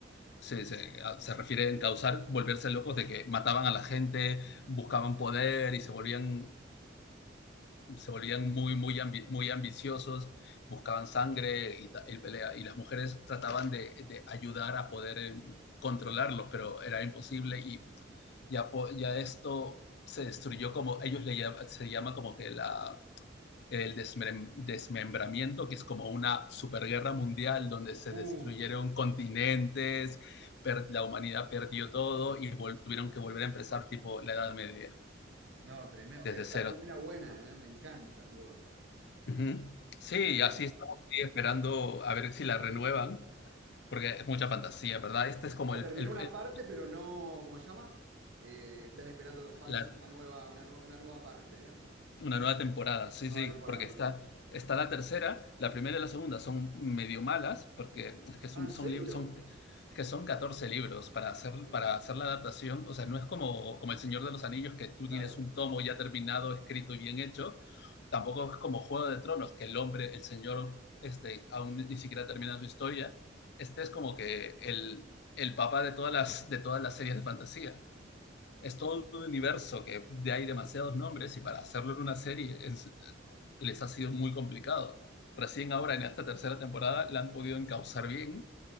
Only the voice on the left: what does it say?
se, se, se refiere a encauzar, volverse locos de que mataban a la gente, buscaban poder y se volvían, se volvían muy, muy, ambi, muy ambiciosos, buscaban sangre y, y, pelea. Y las mujeres trataban de, de ayudar a poder eh, controlarlos, pero era imposible y ya, ya esto se destruyó como ellos le, se llama como que la el desmem desmembramiento, que es como una superguerra mundial donde se
destruyeron continentes, per- la humanidad perdió todo y vol- tuvieron que volver a empezar tipo la Edad Media,
desde
cero.
Uh -huh. Sí,
así estamos ahí esperando a ver si la renuevan, porque es mucha fantasía, ¿verdad? Este es como
el,
el,
el,
la,
Una nueva temporada, sí,
sí,
porque
está, está la tercera, la primera y la segunda son medio malas, porque es que son,
son,
lib- son, es que son 14 libros para hacer,
para hacer la adaptación, o sea, no es como, como El Señor de los Anillos, que tú
tienes un tomo ya terminado, escrito y bien hecho, tampoco es como Juego de Tronos, que el hombre, el señor, este, aún ni siquiera termina su historia, este es como que el, el papá de todas las, de todas las series de fantasía es todo un universo que de hay demasiados nombres y para hacerlo en una serie es, les ha sido muy complicado. Recién ahora en esta tercera temporada la han podido encauzar bien